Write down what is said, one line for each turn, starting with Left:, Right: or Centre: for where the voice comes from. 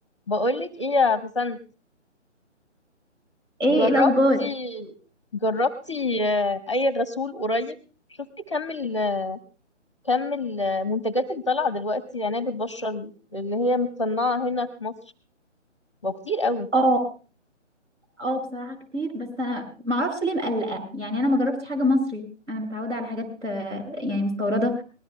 Left: بقولك ايه يا بسنت
Right: ايه
Left: جربتي
Right: الاخبار
Left: جربتي آه، اي غسول قريب شفتي كم ال- كم المنتجات اللي طالعه دلوقتي لعناية البشرة اللي هي متصنعه هنا في مصر بقى كتير قوي
Right: اه اه بصراحة كتير بس انا ما اعرفش ليه مقلقة يعني انا ما جربتش حاجة مصري انا متعودة على حاجات آه، يعني مستوردة